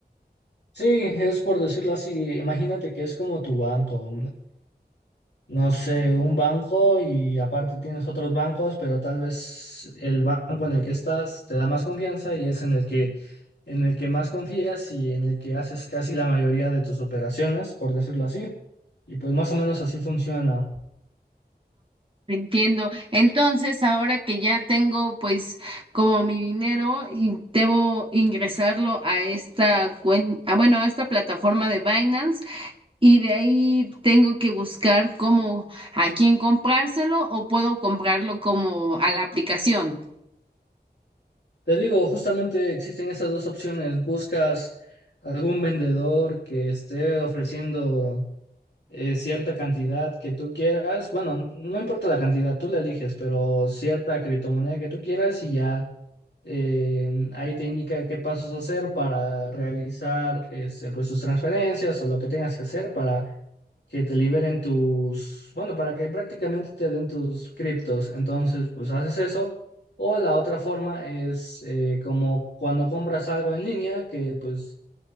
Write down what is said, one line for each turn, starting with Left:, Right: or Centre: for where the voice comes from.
Left: Sí, es por decirlo así. Imagínate que es como tu banco. no sé, un banco y aparte tienes otros bancos, pero tal vez el banco en el que estás te da más confianza y es en el que en el que más confías y en el que haces casi la mayoría de tus operaciones, por decirlo así. Y pues más o menos así funciona.
Right: Entiendo. Entonces, ahora que ya tengo pues como mi dinero y debo ingresarlo a esta cuen- ah, bueno, a esta plataforma de Binance Y de ahí tengo que buscar cómo a quién comprárselo o puedo comprarlo como a la aplicación.
Left: Te digo, justamente existen esas dos opciones. Buscas algún vendedor que esté ofreciendo eh, cierta cantidad que tú quieras. Bueno, no importa la cantidad, tú la eliges, pero cierta criptomoneda que tú quieras y ya Eh, ahí te indica qué pasos hacer para realizar este, pues, tus transferencias o lo que tengas que hacer para que te liberen tus, bueno, para que prácticamente te den tus criptos. Entonces, pues haces eso. O la otra forma es eh, como cuando compras algo en línea, que pues